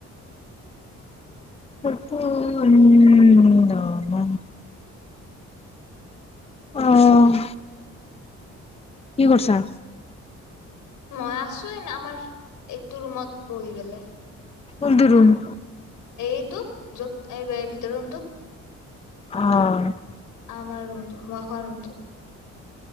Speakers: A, on the left (about 20°); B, on the left (about 85°).
A: উম <unintelligible> আহ। কি কৰিছা
B: মই আছোয়ে আমাৰ এইটো ৰুমত বহি গলে
A: কুনটো ৰোম
B: এইটো য'ত এই ভিতৰ ৰুমটোত
A: অ
B: আমাৰ ৰোমটো মই শুৱা ৰোমটোত